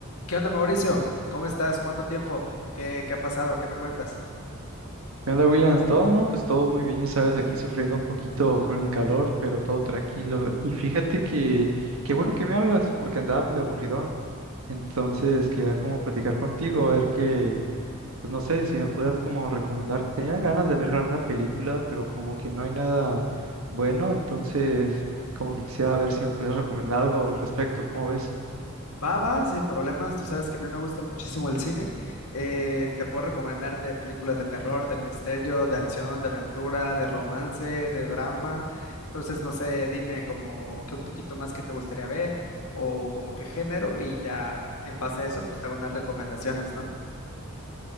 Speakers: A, on the left; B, on the right.
A: ¿Qué onda, Mauricio? ¿Cómo estás? ¿Cuánto tiempo? ¿Qué, qué ha pasado? ¿Qué me cuentas?
B: ¿Qué onda, Williams? Todo, ¿no? Pues todo muy bien, ya sabes, aquí sufriendo un poquito con el calor, pero todo tranquilo. Y fíjate que, qué bueno que me hablas, porque andaba medio aburridón. Entonces, quería como platicar contigo, a ver que, pues no sé, si me puedas como recomendar. Tenía ganas de ver alguna película, pero como que no hay nada bueno, entonces como que quisiera ver si me pudieras recomendar algo al respecto. ¿Cómo ves?
A: Va, va, sin problemas. Tú sabes que a mí me gusta muchísimo el cine. Eh, te puedo recomendar de películas de terror, de misterio, de acción, de aventura, de romance, de drama. Entonces, no sé, dime como que un poquito más que te gustaría ver o como qué género y ya en base a eso, pues te hago unas recomendaciones, ¿no?